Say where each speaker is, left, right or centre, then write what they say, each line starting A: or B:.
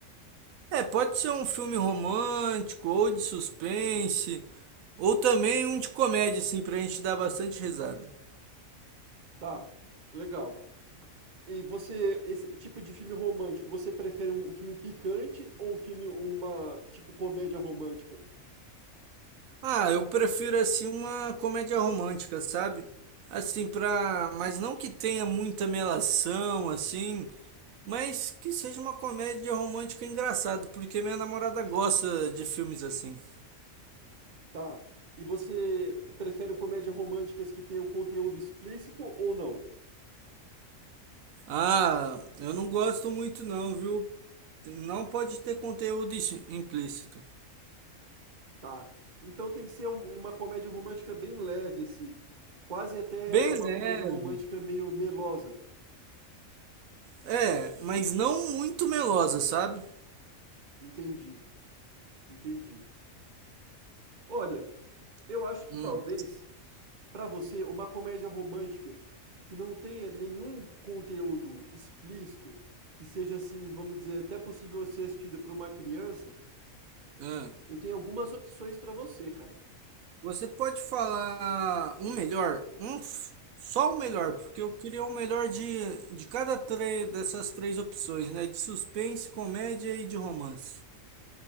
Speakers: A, on the right (about 85°); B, on the right (about 35°).
A: É, pode ser um filme romântico, ou de suspense, ou também um de comédia, assim, pra gente dar bastante risada.
B: Tá. Legal. E você, esse tipo de filme romântico, você prefere um, um filme picante ou um filme, uma, tipo, comédia romântica?
A: Ah, eu prefiro assim uma comédia romântica, sabe? Assim, pra. Mas não que tenha muita melação, assim. Mas que seja uma comédia romântica engraçada, porque minha namorada gosta de filmes assim.
B: Tá. E você prefere comédias românticas que tenham conteúdo explícito ou não?
A: Ah, eu não gosto muito não, viu? Não pode ter conteúdo ix- implícito.
B: Tá. Então tem que ser um- uma comédia romântica bem leve, assim. Quase até
A: Bem
B: uma
A: leve.
B: comédia romântica meio melosa.
A: É, mas não muito melosa, sabe?
B: Entendi. Entendi. Olha, eu acho que
A: Hum,
B: talvez para você uma comédia romântica que não tenha nenhum conteúdo explícito, que seja assim, vamos dizer, até possível ser assistida por uma criança,
A: é.
B: eu tenho algumas opções para você, cara.
A: Você pode falar um melhor, um f- só o melhor, porque eu queria o melhor de, de cada três dessas três opções, né? De suspense, comédia e de romance.